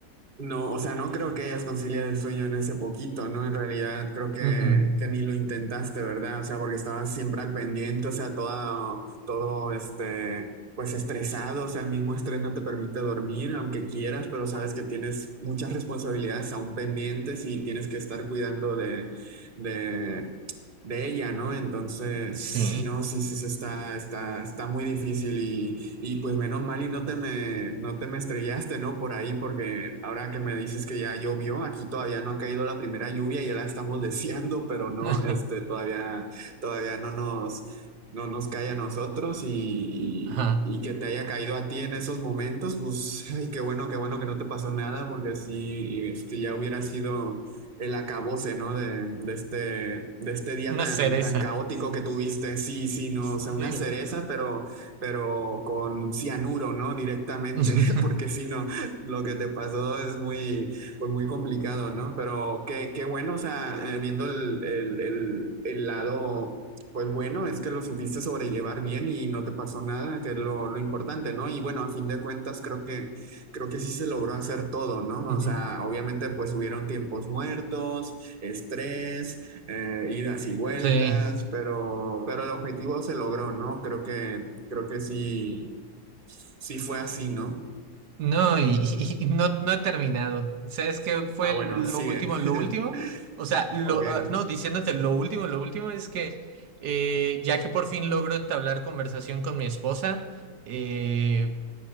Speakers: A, on the right (about 35°); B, on the right (about 75°).
A: no, o sea, no creo que hayas conciliado el sueño en ese poquito, ¿no? En realidad creo que,
B: Mm, mm.
A: que ni lo intentaste, ¿verdad? O sea, porque estabas siempre al pendiente, o sea, todo, todo, este, pues estresado, o sea, el mismo estrés no te permite dormir, aunque quieras, pero sabes que tienes muchas responsabilidades aún pendientes y tienes que estar cuidando de... de de ella, ¿no? Entonces,
B: Sí.
A: no, sí, sí, sí, está, está, está muy difícil y, y pues menos mal y no te me, no te me estrellaste, ¿no? Por ahí, porque ahora que me dices que ya llovió, aquí todavía no ha caído la primera lluvia, y ya la estamos <laughs> deseando, pero no,
B: <laughs>
A: este, todavía, todavía no nos, no nos cae a nosotros y,
B: Ajá,
A: y, y que te haya caído a ti en esos momentos, pues, ay, qué bueno, qué bueno que no te pasó nada, porque sí, este, ya hubiera sido el acabose, ¿no? De, de este, de este día
B: Una
A: tan,
B: cereza.
A: tan caótico que tuviste. Sí, sí, no,
B: Sí.
A: o sea, una cereza, pero, pero con cianuro, ¿no? Directamente,
B: <laughs>
A: <laughs> porque sí no, lo que te pasó es muy, pues muy complicado, ¿no? Pero qué, qué bueno, o sea, eh, viendo el, el, el, el lado... Pues bueno, es que lo supiste sobrellevar bien y no te pasó nada, que es lo, lo importante, ¿no? Y bueno, a fin de cuentas, creo que creo que sí se logró hacer todo, ¿no?
B: Ujú.
A: O sea, obviamente pues hubieron tiempos muertos, estrés, eh, idas y vueltas,
B: Sí.
A: pero, pero el objetivo se logró, ¿no? Creo que, creo que sí, sí fue así, ¿no?
B: No, y, y- y no, no he terminado. ¿Sabes qué fue
A: Ah, bueno,
B: lo
A: sigue.
B: último, lo
A: <laughs>
B: último? O sea, lo,
A: Ok.
B: ah, no, diciéndote
A: Sí.
B: lo último, lo último es que eh, ya que por fin logro entablar conversación con mi esposa, eh,